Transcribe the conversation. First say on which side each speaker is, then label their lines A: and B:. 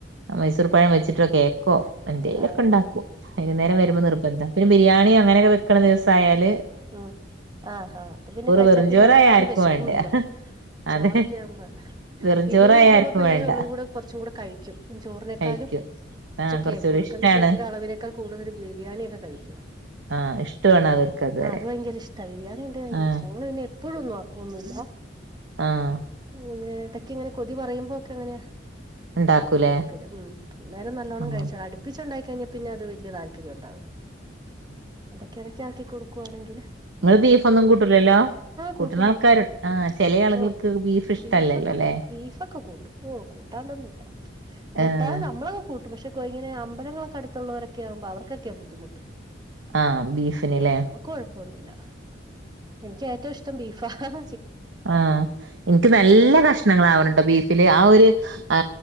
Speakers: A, on the right; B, on the right.
A: മൈസൂർ പഴം വെച്ചിട്ട് കേ ആ എന്തേലൊക്കെ
B: ആഹ്
A: ഉണ്ടാക്കും വൈകുന്നേരം
B: ആഹ്
A: വരുമ്പോൾ നിർബന്ധം പിന്നെ ബിരിയാണി അങ്ങനൊക്കെക്കുന്ന ദിവസ ആയാല്
B: ഉം ആ ആാ അ പിന്നെ കഴിച്ചാ
A: വെറും
B: പിന്നെ
A: ചോറായ
B: പെട്ടെന്ന്
A: ആർക്കും
B: വിശിക്കൂല്ലോ
A: വേണ്ട
B: ചോറൊക്കെ
A: അതെ
B: ആവുമ്പോല്ലേ
A: വെറുംചോറായ
B: ബിരിയാണിയ ഒക്കെ
A: ആർക്കും
B: ആകുമ്പോ പിള്ളേർ
A: വേണ്ട
B: ഒന്നും കൂടെ കുറച്ചും കൂടെ കഴിക്കും ചോറിനേക്കാലും
A: കഴിക്കും
B: ഉച്ചക്കേ
A: ആഹ് കുറച്ചുകൂടി
B: കൊടുക്കുന്ന
A: ഇഷ്ടാണ്
B: ചോറിന്റെ അളവിനേക്കാൾ കൂടുതരു ബിരിയാണിൊക്കെ കഴിക്കും
A: ആ ഇഷ്ടമാണ് അവർക്ക് അതുവരെ
B: ആഹ അത് ഭയങ്കര ഇഷ്ട ബിരിയാണിന്റെ ഭയങ്ക
A: ആഹ്
B: ഇ്ട നങ്ങൾന്നെ എപ്പോഴുംന്നും ആക്കുവൊന്നുമില്ല
A: ആഹ
B: ഇങ്ങനെ ഇടക്കക്ക് ഇങ്ങനെ കൊതി പറയുമ്പോ ഒക്കെ എങ്ങനെയാ
A: ഉണ്ടാക്കൂലേ
B: ആക്കി കൊടുക്കല് ഉ നേരം നല്ലോണം
A: ആഹ്
B: കഴിച്ചോ അടുപ്പിച്ച ഉണ്ടാക്ക കഴിഞ്ഞ പിന്നെ അത് വലിയ താല്പര്യം ഉണ്ടാവില്ല ഇടക്ക ഇടക്ക ആക്കി കൊടുക്കുവാണെങ്കിൽ
A: നിങ്ങള് ബീഫ ഒന്നും കൂട്ടൂലല്ലോ കൂട്ടന
B: കൂട്ടും
A: ആൾക്കാരണ്ട്
B: കൂട്ടും
A: ആ ചില ആളുകൾക്ക്
B: ഓഹ്
A: ബീഫ് ഇഷ്ടല്ലല്ലോ
B: ബീഫൊക്കെ
A: ല്ലേ
B: ബീഫൊക്കെ കൂട്ടും ഓ കൂട്ടാണ്ടൊന്നുമല്ല കൂട്ടാതെ
A: ആഹ്
B: നമ്മളൊക്കെ കൂട്ടും പക്ഷെ ഇ ഇങ്ങന അമ്പലങ്ങളൊക്കെ അടുത്തുള്ളവരൊക്ക ആാവുമ്പോ അവർക്കെ ബുദ്ധിുട്ട്
A: ആഹ് ബീഫിന് ല്ലേ
B: നമ്മക്ക് കൊഴപ്പൊന്നുമില്ല എനിക്ക് ഏറ്റവും ഇഷ്ടം ബീഫാ ഹഹ.
A: ആഹ എനിക്ക് നല്ല
B: ഇഷ്ടം
A: കഷ്ണങ്ങളാവണട്ടോ ബീഫില് ആ ഒരു ആ